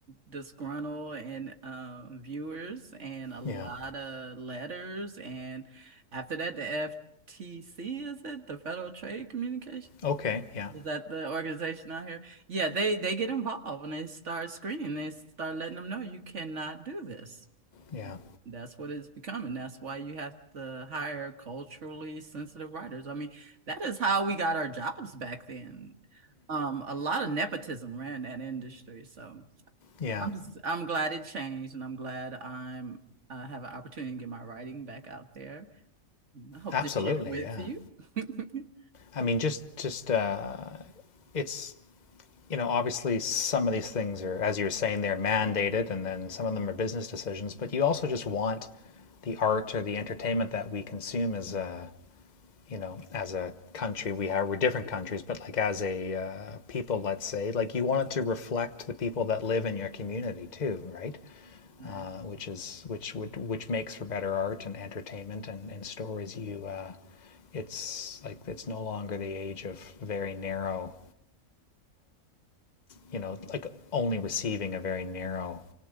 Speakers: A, on the right; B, on the left.
A: disgruntled and um, viewers and a lot
B: yeah
A: of letters. And after that, the FTC, is it? The Federal Trade Communication?
B: okay yeah
A: Is that the organization out here? Yeah, they they get involved and they start screening. They start letting them know you cannot do this.
B: yeah
A: And that's what it's becoming. That's why you have to hire culturally sensitive writers. I mean, that is how we got our jobs back then. Um, a lot of nepotism ran that industry. So
B: yeah
A: I'm just I'm glad it changed, and I'm glad I'm I have an opportunity to get my writing back out there. I hope
B: absolutely
A: to share with
B: yeah
A: you. <laughs>
B: i mean just just uh, it's you know obviously some of these things are as you were saying they're mandated and then some of them are business decisions but you also just want the art or the entertainment that we consume as a. you know, as a country, we are we're different countries, but like as a uh, people, let's say, like you want it to reflect the people that live in your community too, right?
A: Right.
B: Uh, which is which would which makes for better art and entertainment and, and stories. You, uh, it's like it's no longer the age of very narrow, you know, like only receiving a very narrow